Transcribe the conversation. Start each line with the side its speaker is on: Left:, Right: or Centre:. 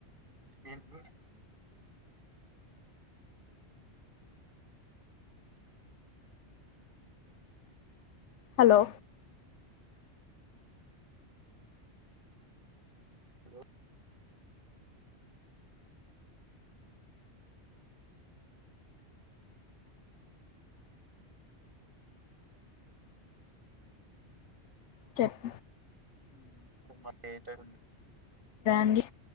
Right: ఏంటి
Left: హలో
Right: లో
Left: చెప్
Right: మాకేటండి
Left: అండి